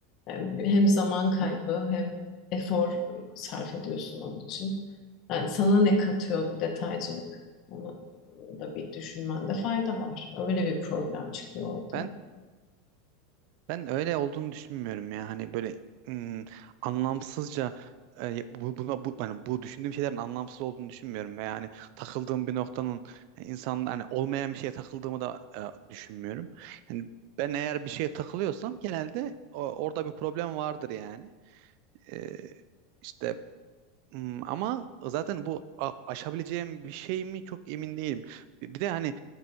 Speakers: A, on the left (about 40°); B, on the right (about 50°).
A: Yani hem zaman kaybı
B: bi-
A: hem efor sarf ediyorsun onun için. Yani sana ne katıyor bu detaycılık? Onu da bir düşünmende fayda var. Öyle bir problem çıkıyor ortaya.
B: ben Ben öyle olduğunu düşünmüyorum ya. Hani böyle ım, anlamsızca e, bu, buna bu hani bu düşündüğüm şeylerin anlamsız olduğunu düşünmüyorum ve yani takıldığım bir noktanın yani insan hani olmayan bir şeye takıldığımı da e, düşünmüyorum. Yani ben eğer bir şeye takılıyorsam genelde o- orada bir problem vardır yani. E, işte ım, ama zaten bu a- aşabileceğim bir şey mi çok emin değilim. Bir bir de hani